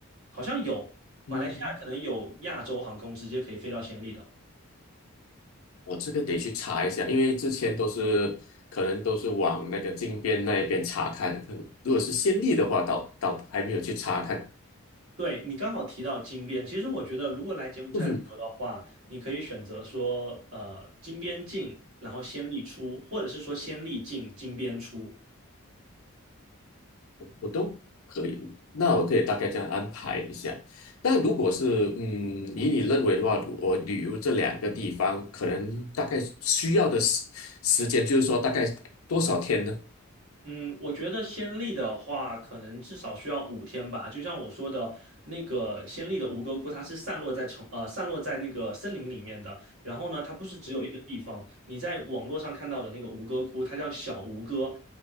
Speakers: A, on the right; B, on the left.
A: 好像有马来西亚可能有亚洲航空直接可以飞到暹粒的。
B: 嗯，我这个得去查一下，因为之前都是可能都是往那个金边那一边查看，可能如果是先例的话，倒倒还没有去查看，
A: 对，你刚好提到金边，其实我觉得如果来柬埔寨旅游的话，
B: 嗯，
A: 你可以选择说呃金边进，然后暹粒出，或者是说暹粒进金边出。
B: 我都可以，那我可以大概这样安排一下。那如果是嗯，以你认为的话，我旅游这两个地方，可能大概需要的时时间，就是说大概多少天呢？
A: 嗯，我觉得先例的话，可能至少需要五天吧。就像我说的，那个先例的吴哥窟，它是散落在城呃散落在那个森林里面的。然后呢，它不是只有一个地方。
B: 嗯
A: 你在网络上看到的那个吴哥窟，它叫小吴哥，